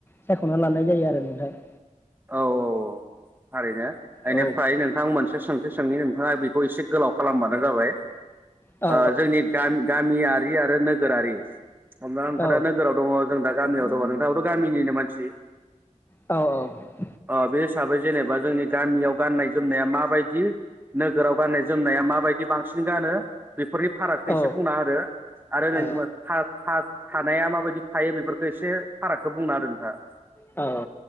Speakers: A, on the left; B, on the right.
A: सायख'ना लानाय जायो आरो नोंथां ।
B: औ औ औ थारैनो । बेनिफ्राय
A: औ
B: नोंथां मोनसे सोंथि सोंङै नोंथांङा बेखौ एसे गोलाव खालामबानो जाबाय ।
A: औ
B: ओ जोंनि गामि गामिया थि आरो नोगोरारि हमना ला नोंथांङा
A: औ
B: दा नोगोराव दङ । जों दा गामियाव दङ नोंथांङाबोथ गामिनिनो मानसि?
A: औ औ ।
B: अ बे हिसाबै जेनेबा जोंनि गामियाव गाननाय जोमनाया माबायदि नोगोराव गाननाय जोमनाया माबायदि बांसिन गानो? बेफोरनि फारागखौ
A: औ
B: एसे बुंना होदो आरो <unintelligible>
A: औ
B: था-थानाया माबायदि थायो बेफोरखौ एसे फारागखौ बुंना होदो नोंथांङा ।
A: औ